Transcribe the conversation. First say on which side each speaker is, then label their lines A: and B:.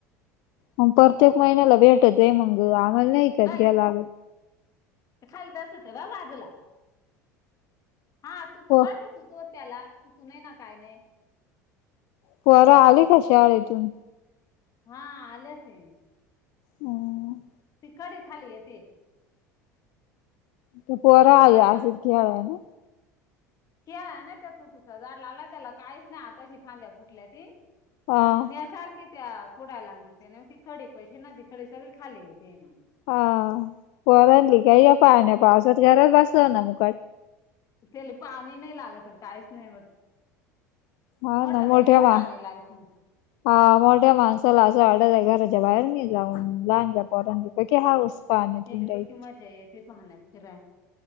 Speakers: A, on the left; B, on the left.
A: मग प्रत्येक महिन्याला भेटतय. मंग आम्हाला नाही, का विकत
B: ऐ
A: घ्यावं लागत.
B: ते खालीच अस, ते व्हय बाजूला. हा, तू - तू
A: हो
B: काय ते तू- तू त्याला. तू - तू नाही ना काय नाही.
A: पोरं आली का, शाळेतून?
B: हा, आल्याती.
A: हम.
B: कडी खाली येते.
A: त पोरं
B: हा पोरा
A: आय,
B: एवढं
A: असंच खेळायला.
B: खेळायला नाही. त्या तू - तुच्या झाडाला लाव. त्याला काहीच नाही. आताशी फांद्या फुटल्याती.
A: हा
B: आणि सारखी त्या खोडायलान म त्या खडी पैशे न खडी सगळी खाली येते म्हण.
A: हा वर आणली काय या पाण्या पावसात घरात बसवा ना मुकट.
B: त्याले पाणी नाही लागत काहीच नाही वट.
A: हा
B: मोटराला
A: ना मोठ्या
B: लईच
A: मा
B: पाणी लागते.
A: हा मोठ्या माणसाला असं वाटतं घराच्या बाहेर नि जाऊन लहान ज्या पोरांचं पैकी हाऊस पाण्यात
B: त्याले
A: हिंडायची.
B: किती मजा येते ते पाण्यात फिराय.